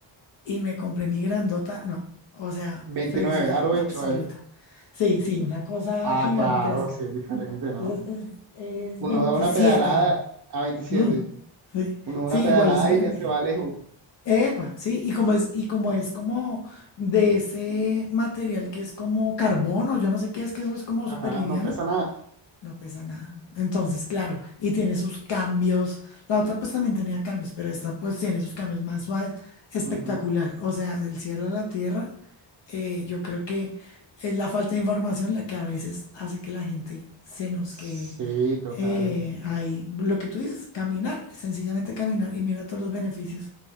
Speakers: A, on the left; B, on the right.
A: y me compré mi grandota. No, o sea,
B: 29.
A: felicidad
B: aro 29.
A: absoluta. Sí, sí, una cosa
B: Ah,
A: gigantesca.
B: claro, sí, es diferente, ¿no?
A: Esa es, es- es
B: Uno
A: veintisiete
B: da una pedalada a 27.
A: Mm, sí,
B: Uno da
A: sí,
B: una pedalada
A: igual es grande.
B: y ya se va lejos.
A: Epa, sí, y como es, y como es como de ese material que es como carbono, yo no sé qué es, que eso es como
B: Ajá,
A: súper liviano.
B: no pesa nada.
A: No pesa nada. Entonces, claro, y tiene sus cambios. La otra pues también tenía cambios, pero esta pues tiene sus cambios más suaves. Espectacular.
B: Ujú.
A: O sea, del cielo a la tierra, eh, yo creo que es la falta de información la que a veces hace que la gente se nos
B: Sí,
A: quede
B: total.
A: eh, ahí. Lo que tú dices, caminar, sencillamente caminar y mira todos los beneficios.